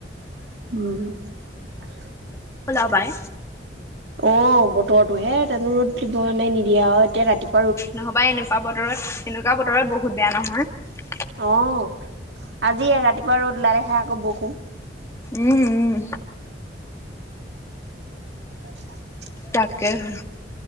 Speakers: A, on the right; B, on the left.
A: উম
B: ওলাবাই
A: অঁ বতৰটোহে, তেনো ৰ'দ দিবনে নিদিয়ে আও এতিয়া ৰাতিপুৱ
B: নহবা এনেকুৱা বতৰত এনেকুৱা বতৰত বহুত বেয়া নহয়
A: অঁ আজিয়ে ৰাতিপুৱা ৰ'দ ওলালেহে আকৌ বৰষুণ
B: উম উম
A: <inaudible>
B: তাকেহে